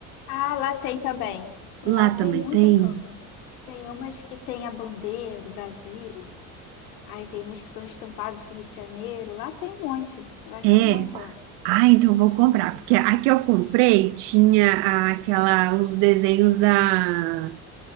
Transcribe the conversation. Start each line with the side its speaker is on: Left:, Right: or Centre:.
Left: Ah, lá tem também. Lá
Right: Lá
Left: tem
Right: também
Left: muita
Right: tem?
Left: canga. Tem umas que tem a bandeira do Brasil. Aí tem umas que são estampadas com o Rio de Janeiro. Lá tem um monte. Você vai achar
Right: É.
Left: um monte lá.
Right: Ah, então eu vou comprar. Porque a que eu comprei tinha a- aquela, os desenhos da,